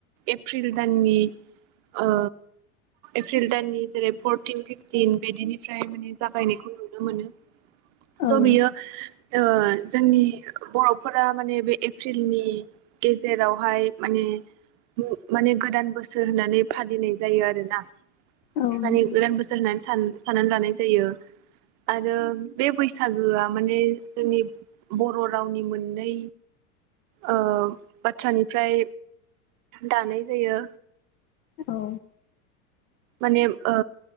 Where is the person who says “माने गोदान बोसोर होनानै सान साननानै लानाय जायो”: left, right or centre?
Right